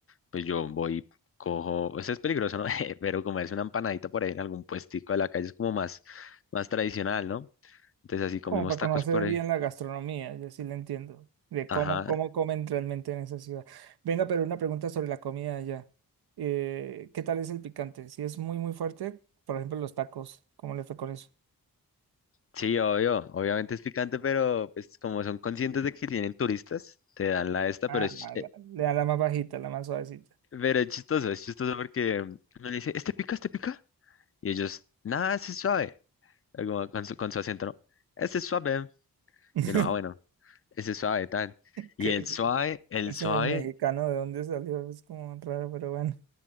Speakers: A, on the left; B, on the right.
A: pues yo voy, cojo, o sea, es peligroso, ¿no? <laughs> Pero como es una empanadita por ahí en algún puestico de la calle, es como más, más tradicional, ¿no? Entonces así comimos
B: Como para
A: tacos
B: conocer
A: por
B: bien
A: ahí.
B: la gastronomía, yo sí la entiendo, de
A: Ajá.
B: cómo, cómo comen realmente en esa ciudad. Venga, pero una pregunta sobre la comida allá. Eh, ¿qué tal es el picante? Si es muy, muy fuerte, por ejemplo, los tacos, ¿cómo le fue con eso?
A: Sí, obvio, obviamente es picante, pero pues como son conscientes de que tienen turistas, te dan la esta,
B: Ah,
A: pero es,
B: a
A: ch- eh,
B: la- le da la más bajita, la más suavecita.
A: pero es chistoso, es chistoso porque mm, uno le dice, ¿este pica, este pica? Y ellos, nada, ese es suave, algo con su, con su acento, ¿no? Este es suave.
B: <laughs>
A: Y no, ah, bueno, ese es suave, tal. Y
B: Que
A: el
B: es,
A: suave, el
B: es
A: suave
B: el mexicano, ¿de dónde salió? Es como raro, pero bueno.